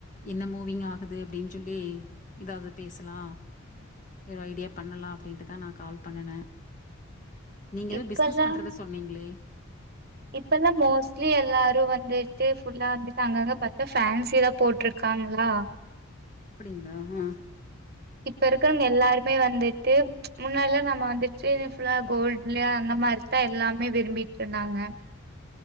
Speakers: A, on the left; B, on the right.
A: என்ன மூவிங் ஆகுது அப்டின்னு சொல்லி எதாவது பேசலா வேற ஐடியா பண்ணலா அப்டின்ட்டுதான் நா கால் பண்ணுனேன் நீங்க ஏதோ
B: இப்பல்லா
A: பிஸ்னஸ் பண்றத சொன்னீங்களே
B: இப்பல்லா மோஸ்ட்லி எல்லாரு வந்து டே ஃபுல்லா வந்துட்டு அங்கங்க பாத்தா ஃபேன்சி தா போட்டிருக்காங்களா
A: அப்டிங்களா ஆ
B: இப்ப இருக்கவுங்க எல்லாருமே வந்துட்டு முன்னாடில்லா நம்ம வந்துட்டு ஃபுல்லா கோல்டுலயா அந்த மாறி தா எல்லாமே விரும்பிட்டுருந்தாங்க